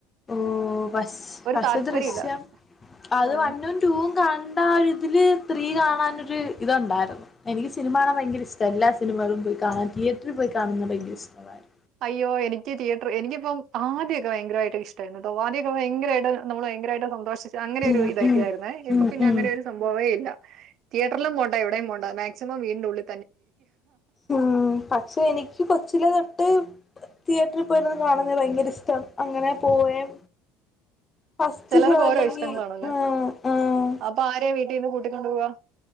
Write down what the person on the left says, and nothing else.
ഓ പശ് പക്ഷേ
ദൃശ്യം അത്
വണും ടുവും കണ്ടാരു തില് ത്രീ കാണാൻ ഒരു ഇത് ഇണ്ടായിരുന്നു എനിക്ക് സിൽമ കാണാൻ ഭയങ്കര ഇഷ്ട എല്ലാ സിനിമകളും പോയ് കാണാൻ തിയേറ്ററിൽ പോയ്‌ കാണുന്ന ഭയങ്കര ഇഷ്ടള്ള കാര്യ
ഉം
ഉം
ഉം
ഉം
ഉം പക്ഷേ എനിക്ക് കൊച്ചില് തൊ ട്ട് തിയേറ്ററിൽ പോയ്‌ <unintelligible> കാണണ ഭയങ്കര ഇഷ്ടാണ് അങ്ങനെ പോവേം ഫസ്റ്റ്
ഷോ അല്ലെങ്കി
ഉം ഉം